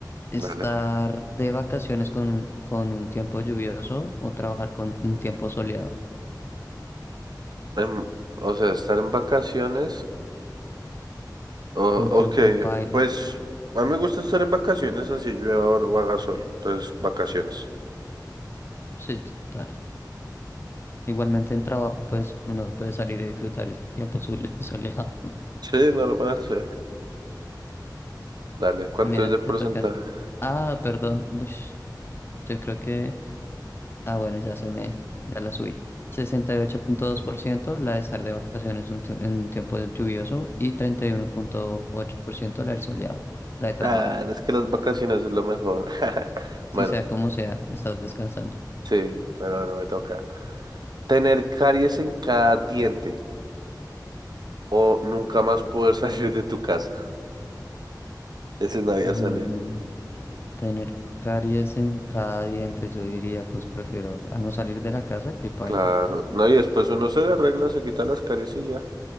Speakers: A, on the left; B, on the right.
A: Estar
B: dale.
A: de vacaciones con un, con un tiempo lluvioso o trabajar con un tiempo soleado.
B: Em, o sea, estar en vacaciones Oh,
A: Con
B: ok,
A: tiempo paila.
B: pues a mí me gusta estar en vacaciones, así llueva o no haga sol. Entonces, vacaciones.
A: Sí, total. Igualmente en trabajo, pues uno puede salir a disfrutar el tiempo sole- <laughs> soleado.
B: Sí, normal, sí. Dale, ¿cuánto
A: Mira,
B: es de
A: te
B: porcentaje?
A: toca. Ah, perdón. Ush, yo creo que. Ah, bueno, ya se me, ya la subí. Sesenta y ocho punto dos por ciento la de estar de vacaciones un tiu- en un tiempo lluvioso y treinta y uno punto ocho por ciento la del soleado, la de trabajar.
B: Claro, es que las vacaciones es lo mejor. <laughs>
A: Si
B: Bueno,
A: sea como sea, estás descansando.
B: sí, bueno, bueno, me toca. Tener caries en cada diente o nunca más poder <laughs> salir de tu casa. Ese no había
A: Mm,
B: salido.
A: tener caries en cada diente, yo diría, pues prefiero a no salir de la casa que paila.
B: Claro, no, y después uno se le arregla, se quita las caries y ya.